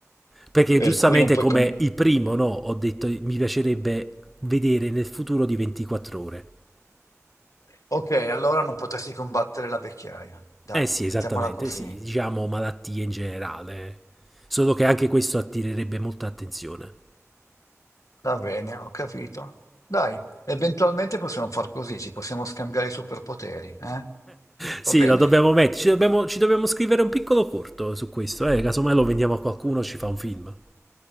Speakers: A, in the centre; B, on the left.
A: Perché giustamente
B: Per cui non puoi...
A: come
B: com-
A: il primo, no, ho detto mi piacerebbe vedere nel futuro di 24 ore.
B: ok, allora non potresti combattere la vecchiaia. Dai,
A: Eh sì, esattamente,
B: mettiamola così.
A: sì, diciamo malattie in generale. Solo che anche questo attirerebbe molta attenzione.
B: Va bene, ho capito. Dai, eventualmente possiamo far così, ci possiamo scambiare i superpoteri, eh?
A: Sì,
B: Va bene?
A: lo dobbiamo mettere. Ci dobbiamo, ci dobbiamo scrivere un piccolo corto su questo. Eh? Casomai lo vendiamo a qualcuno, ci fa un film.